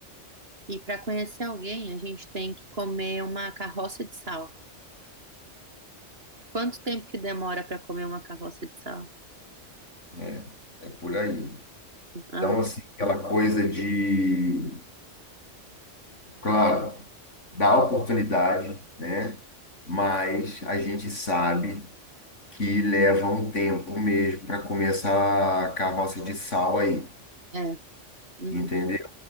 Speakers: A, on the right; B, on the left.
A: que para conhecer alguém a gente tem que comer uma carroça de sal. Quanto tempo que demora para comer uma carroça de sal?
B: né? É por aí.
A: Ah,
B: Então, assim, aquela coisa de, claro, dá oportunidade, né? Mas a gente sabe que leva um tempo mesmo para começar a carroça de sal aí,
A: é. Uhum.
B: entendeu?